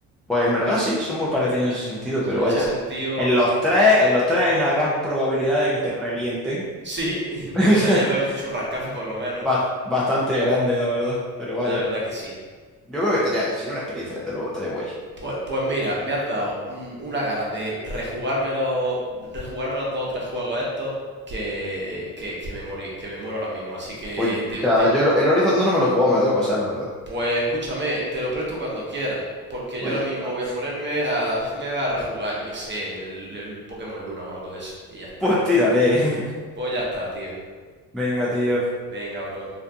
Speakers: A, in the centre; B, on the right.
A: Pues en verdad sí, son muy parecidos en ese sentido, pero
B: En
A: vaya.
B: ese sentido,
A: En los tres, en los tres hay una gran probabilidad de que te revienten.
B: Sí, <laughs>
A: <laughs>
B: de que te lleves un churrascazo por lo menos.
A: ba- Bastante grande, la verdad. Pero vaya.
B: La verdad que sí.
A: Yo creo que estaría, sería una experiencia, desde luego, estaría guay.
B: Pues, pues mira, me has dado mm, una ganas de rejugarme los, rejugarme los dos o tres juegos estos que, que, que me morí- que me muero ahora mismo. Así que
A: Pues
B: te,
A: ya,
B: te-
A: ves, yo el el Horizon no, no me lo he jugado, me lo tengo que pasar, la verdad.
B: pues escúchame, te lo presto cuando quieras. Porque
A: Pues
B: yo ahora
A: ya
B: mismo
A: está.
B: voy a ponerme a, <laughs> me voy a rejugar, yo que sé, el, el Pokémon Luna o algo de eso. Y ya está.
A: Pues tírale. <laughs>
B: Pues ya está, tío.
A: Venga, tío.
B: Venga, bro.